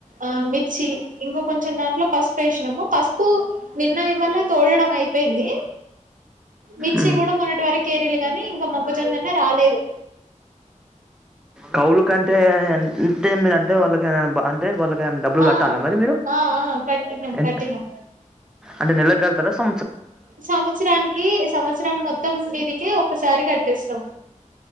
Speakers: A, on the right; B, in the centre.
A: ఆ మిర్చి చి ఇంకో కొంచెం దాంట్లో పసుపు వేసినాము పసుపు నిన్న ఇవాళ్ళ తోడడం అయిపోయింది మిర్చి
B: ఉమ్,
A: కూడా మొన్నటి వారికి కేరీలు గానీ ఇంకా మొక్కజొన్ననే రాలేదు
B: కౌలుకంటే అంటే మీరు అంటే వాళ్ళకి అంటే వాళ్ళ దాని డబ్బులు
A: ఆ
B: కట్టాల మరి మీరు
A: ఆ ఆ కట్టినాం
B: ఎంత
A: కట్టినాం
B: అంటే నెలకి కడతారా స
A: సంవత్సరానికి సంవత్సరం మొత్తం మీదికి ఒక్కసారి కట్టిస్తాం